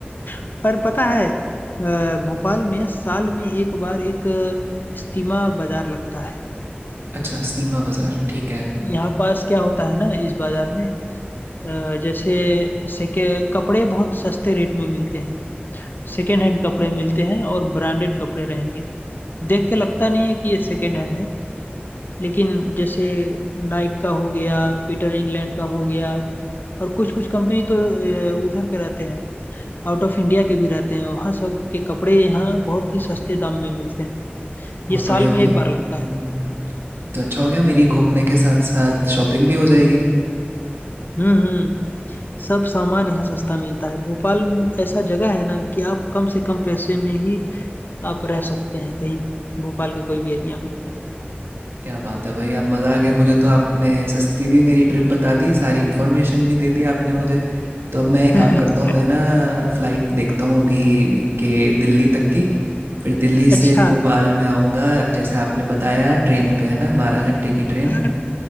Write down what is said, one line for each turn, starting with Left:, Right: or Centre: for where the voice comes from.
Left: <laughs> पर पता है अ, भोपाल में साल में एक बार एक अ, इस्तीमा बाजार लगता है
Right: अच्छा स्टीमा बाज़ार ठीक है
Left: यहाँ पास क्या होता है ना इस बाजार में अ, जैसे सेके कपड़े बहुत सस्ते रेट में मिलते हैं सेकेंड हैंड कपड़े मिलते हैं और ब्रांडेड कपड़े रहेंगे देख के लगता नहीं है कि ये सेकेंड हैंड है लेकिन जैसे नाइक का हो गया पीटर इंग्लैंड का हो गया और कुछ कुछ कंपनी तो अ, उधर के रहते हैं आउट ऑफ इंडिया के भी रहते हैं वहाँ सब के कपड़े यहाँ बहुत ही सस्ते दाम में मिलते हैं
Right: बहुत
Left: ये साल
Right: बढ़िया
Left: में
Right: भाई
Left: एक बार लगता
Right: हम्म
Left: है
Right: ये तो अच्छा हो गया मेरी घूमने के साथ साथ शॉपिंग भी हो जाएगी
Left: हम्म हम्म सब सामान यहाँ सस्ता मिलता है भोपाल में ऐसा जगह है ना कि आप कम से कम पैसे में ही आप रह सकते हैं कहीं भी भोपाल के कोई भी एरिया में
Right: क्या बात है भाई! अब मज़ा आ गया मुझे तो आपने सस्ती भी मेरी ट्रिप बता दी, सारी इन्फॉर्मेशन भी दे दी आपने मुझे। तो अब मैं एक
Left: <laughs>
Right: काम करता हूँ, मैं ना फ़्लाइट देखता हूँ अभी के दिल्ली तक की, फिर दिल्ली से
Left: अच्छा
Right: भोपाल में आऊँगा जैसा आपने बताया ट्रेन पे, है ना? 12 घंटे की ट्रेन
Left: हाँ,